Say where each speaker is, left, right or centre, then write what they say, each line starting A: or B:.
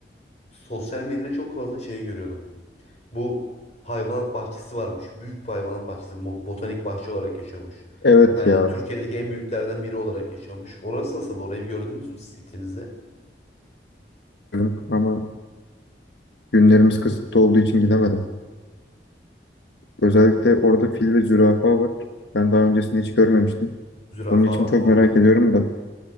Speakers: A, on the left; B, on the left.
A: Sosyal medyada çok fazla şey görüyordum. Bu hayvanat bahçesi varmış. Büyük bir hayvanat bahçesi. bo- Botanik bahçe olarak geçiyormuş.
B: Evet
A: Yani
B: ya
A: Türkiye'deki en büyüklerden biri olarak geçiyormuş. Orası nasıl? Orayı bir gördünüz mü siz gittiğinizde?
B: diyorum ama günlerimiz kısıtlı olduğu için gidemedim. Özellikle orada fil ve zürafa var. Ben daha öncesinde hiç görmemiştim.
A: Zürafa
B: Onun için
A: var
B: çok
A: mı orada?
B: merak ediyorum da